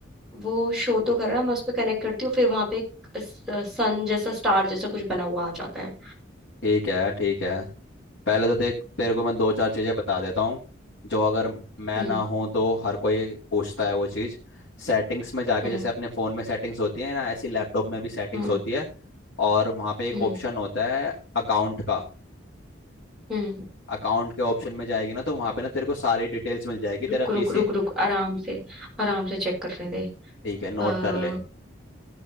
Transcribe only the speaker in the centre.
वो शो तो कर रहा है मैं उस पर कनेक्ट करती हूँ फिर वहां पे एक सन जैसा स्टार जैसा कुछ बना हुआ आ जाता है
हम्म
हम्म
हम्म
हम्म
हम्म
रुक
रुक रुक रुक आराम से आराम से चेक करने दे
आ,